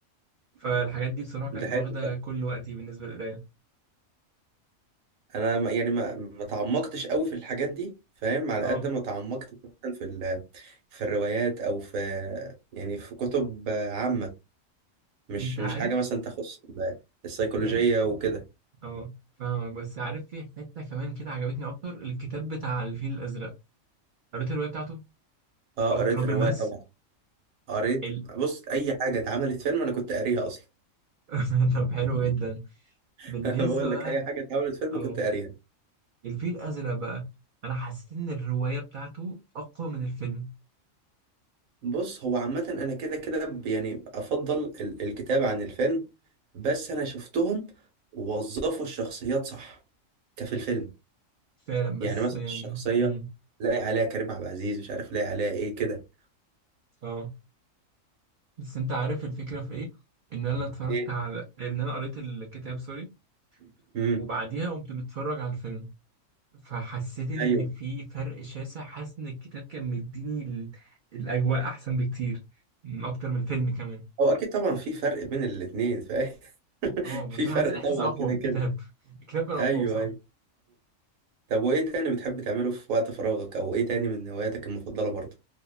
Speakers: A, on the right; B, on the right.
A: فالحاجات دي بصراحة كانت
B: ده
A: واخدة
B: حلو ده.
A: كل وقتي بالنسبة للقراية
B: انا ما- يعني ما ما تعمقتش قوي في الحاجات دي فاهم على
A: اه
B: قد ما تعمقت مثلا في ال... في الروايات او في يعني في كتب عامه مش
A: انت عارف
B: مش حاجه مثلا تخص ال- السيكولوجيه
A: يعني
B: وكده
A: اه فاهمك بس عارف في حتة كمان كده عجبتني أكتر الكتاب بتاع الفيل الأزرق قريت الرواية بتاعته
B: اه
A: أو
B: قريت
A: تراب
B: الروايه
A: الماس
B: طبعا قريت
A: ال...
B: بص اي حاجه اتعملت فيلم انا كنت قاريها اصلا
A: <laughs> طب حلو جدا
B: <laughs>
A: بالنسبة
B: انا بقول
A: بقى
B: لك اي حاجه اتعملت فيلم
A: اه
B: كنت قاريها
A: الفيل الأزرق بقى أنا حسيت إن الرواية بتاعته أقوى من الفيلم
B: بص هو عامه انا كده كده ب- يعني افضل ال- الكتاب عن الفيلم بس انا شفتهم ووظفوا الشخصيات صح كفي الفيلم
A: فعلا بس
B: يعني مثلا
A: يعني
B: الشخصيه
A: امم
B: لاقي عليها كريم عبد العزيز مش عارف لاقي عليها ايه كده
A: اه بس أنت عارف الفكرة في إيه؟ إن أنا اتفرجت
B: ايه
A: على إن أنا قريت الكتاب سوري
B: امم
A: وبعديها قمت متفرج على الفيلم فحسيت إن
B: ايوه
A: في فرق شاسع حاسس إن الكتاب كان مديني ال... الأجواء أحسن بكتير م، أكتر من الفيلم كمان
B: هو اكيد طبعا في فرق بين الاثنين فاهم <laughs>
A: اه بس
B: في
A: أنا
B: فرق
A: حسيت الإحساس
B: طبعا
A: أقوى
B: كده
A: في الكتاب
B: كده
A: <laughs> الكتاب كان أقوى
B: ايوه
A: بصراحة
B: ايوه طب وايه تاني بتحب تعمله في وقت فراغك او ايه تاني من هواياتك المفضله برضه